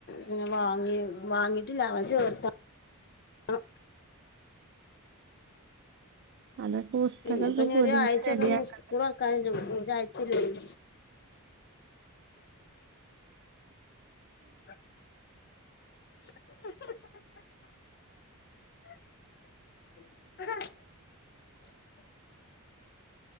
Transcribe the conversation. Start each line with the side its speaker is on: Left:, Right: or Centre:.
Left: പിന്നെ വാങ്ങി വാങ്ങിട്ടില്ല അവനെ ചേർത്ത- ആ <inaudible>
Right: അതൊക്കെ പുസ്തകൊക്കെ
Left: പിന്നെപ്പ
Right: പൊതിഞ്ഞ്
Left: ഒരാരാഴ്
Right: റെഡിയാക്കണം
Left: സ്കൂൾ തുറക്കാന് ഒരാഴ്ചല്ല അല്ലാ ഉള്ളു അ <unintelligible>